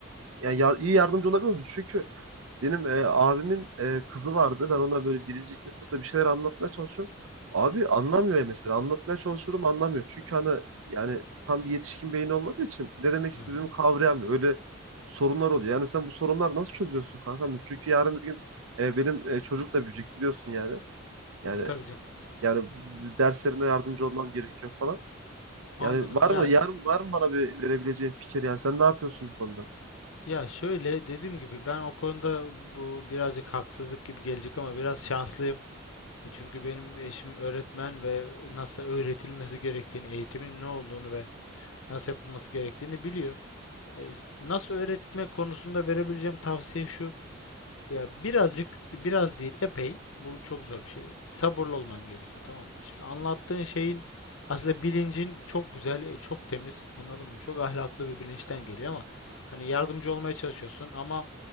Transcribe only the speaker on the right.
yani yar- iyi yardımcı olabiliyor musun? Benim e, abimin e, kızı vardı. Ben ona böyle birinci, ikinci sınıfta bir şeyler anlatmaya çalışıyorum. Abi anlamıyor ya mesela. Anlatmaya çalışıyorum anlamıyor. Çünkü hani yani tam bir yetişkin beyni olmadığı için ne demek istediğimi
kavrayamıyor. Öyle sorunlar oluyor. Yani sen bu sorunları nasıl çözüyorsun kanka? Çünkü yarın bir gün e, benim e, çocuk da büyüyecek biliyorsun yani. Yani
yani derslerinde yardımcı olmam gerekiyor falan. Yani
var
mı yarın var mı bana bir verebileceğin fikir yani sen ne yapıyorsun bu konuda?